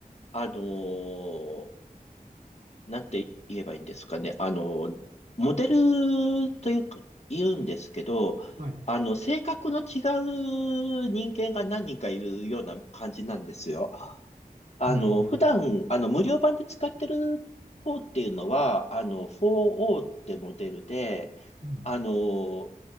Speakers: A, on the left; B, on the right.
A: あのーなんて言えばいいんですかね、あの、モデルというか、言うんですけど、
B: はい。
A: あの、性格の違う人間が何人かいるような感じなんですよ。あの、
B: うん。
A: 普段、あの、無料版で使ってる方っていうのは、あの、4O ってモデルで、
B: うん。
A: あの、